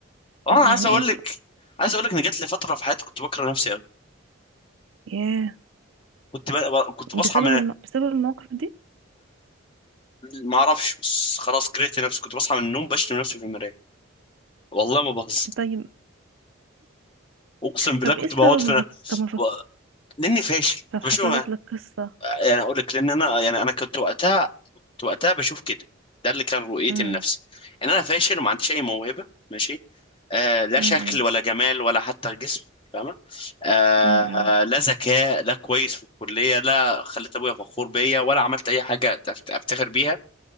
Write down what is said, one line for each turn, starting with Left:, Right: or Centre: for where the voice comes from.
Left: اه انا عايز
Right: يعني
Left: اقول
Right: ايه
Left: لك
Right: ك-
Left: عايز اقول لك ان جات لي فتره في حياتي كنت بكره نفسي قوي
Right: ياه
Left: كنت ب... كنت
Right: بسبب
Left: بصحى من
Right: الم... بسبب المواقف دي
Left: ما اعرفش بس خلاص كرهت نفسي كنت بصحى من النوم بشتم نفسي في المرايه والله ما بهزر
Right: طيب
Left: اقسم بالله
Right: طب
Left: كنت
Right: ايه السبب
Left: بقعد في
Right: ما فك... طب ما فك...
Left: و- لاني فاشل
Right: طب
Left: كنت
Right: حصلت
Left: بشوف
Right: لك قصة
Left: يعني اقول لك لان انا يعني انا كنت وقتها كنت وقتها بشوف كده ده اللي كان رؤيتي
Right: امم
Left: لنفسي ان انا فاشل وما عنديش اي موهبه ماشي آه لا
Right: امم
Left: شكل ولا جمال ولا حتى جسم فاهمه آه
Right: امم
Left: آه،
Right: امم
Left: لا ذكاء لا كويس في الكليه لا خليت ابويا فخور بيا ولا عملت اي حاجه أفت- افتخر بيها